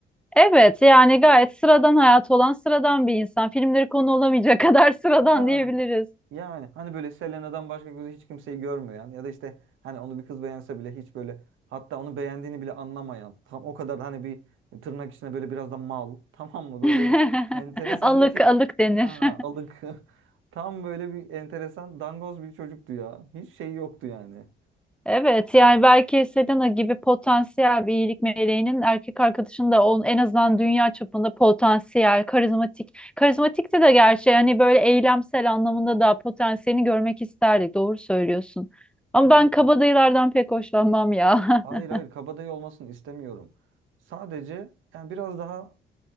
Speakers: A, in the centre; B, on the right.
A: Evet yani gayet sıradan hayat olan sıradan bir insan. Filmleri konu olamayacak <laughs> kadar sıradan
B: Ha.
A: diyebiliriz.
B: Yani hani böyle Selena'dan başka gözü hiç kimseyi görmeyen ya da işte hani onu bir kız beğense bile hiç böyle hatta onu beğendiğini bile anlamayan tam o kadar hani bir tırnak içinde böyle biraz da mal <laughs> tamam mı böyle
A: <laughs>
B: bir enteresan
A: Alık
B: bir tip
A: alık denir.
B: ha,
A: <laughs>
B: alık <laughs> tam böyle bir enteresan dangoz bir çocuktu ya hiç şey yoktu yani.
A: Evet yani belki Selena gibi potansiyel bir iyilik meleğinin erkek arkadaşının da on en azından dünya çapında potansiyel, karizmatik. Karizmatikti de gerçi hani böyle eylemsel anlamında da potansiyelini görmek isterdik. Doğru söylüyorsun. Ama
B: Evet.
A: ben kabadayılardan pek hoşlanmam ya.
B: Hayır
A: <laughs>
B: hayır kabadayı olmasını istemiyorum. Sadece yani biraz daha